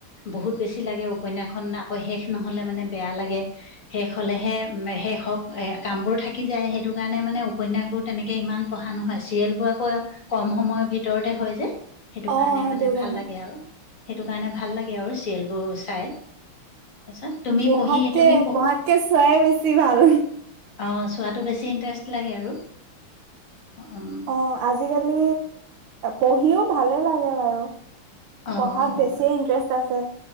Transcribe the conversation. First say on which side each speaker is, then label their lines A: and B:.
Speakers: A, on the left; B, on the right.
A: বহুত বেছি লাগ উপখন শেষ নহলে মানে বেয়া লাগে শেষ হলেহে শেষ হক এ কামবোৰ থাকি যায় সেইটো কাৰণে মানে উপনয়াসবোৰ তেনেকে ইমান পঢ়া নহয় চিৰিয়েল বোৰ আকৌ কম সময়ৰ ভিতৰতে হয় যে সেইটো
B: অ
A: কাৰণে
B: সেইটো
A: মানে
B: কাৰণে
A: ভাল লাগে আৰু সেইটো কাৰণে ভাল লাগে আৰু চিৰিয়েলবোৰ চাই তাৰপিছত তুমি
B: পঢ়াতকে
A: পঢ়ি তুমি বহুত
B: পঢ়াতকে চোৱাই বেছি ভাল
A: অ চোৱাতটো বেছি ইণ্টাৰেষ্ট লাগে আৰু উম
B: অ আজিকালি পঢ়িও ভালে লাগে বাৰু
A: অ
B: পঢ়াত
A: অ
B: বেছিয়ে ইন্টাৰেষ্ট আছে